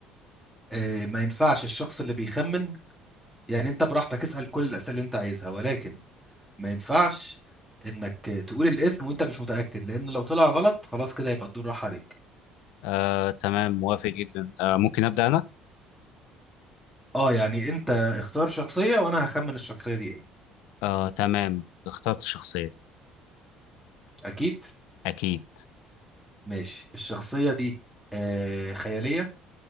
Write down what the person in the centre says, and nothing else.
آه، ما ينفعش الشخص اللي بيخمن يعني انت براحتك اسأل كل الأسئلة اللي انت عايزها ولكن ما ينفعش انك تقول الاسم وانت مش متأكد لأن لو طلع غلط خلاص كده يبقى الدور راح عليك
اه يعني انت اختار شخصية وانا هخمن الشخصية دي ايه
اكيد
ماشي الشخصية دي آه خيالية